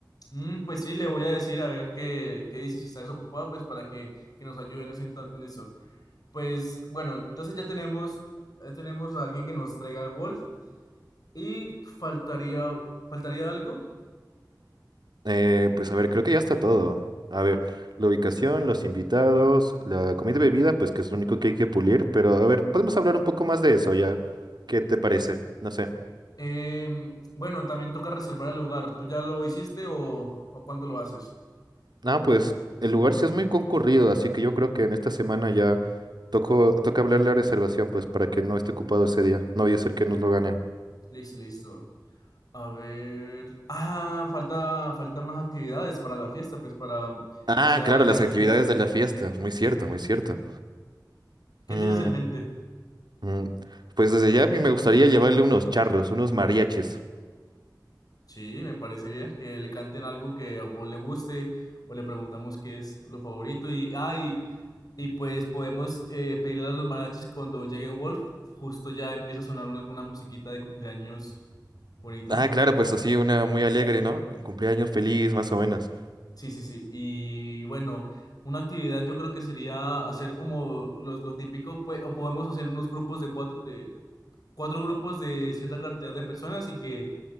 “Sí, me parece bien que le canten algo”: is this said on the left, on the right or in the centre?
Left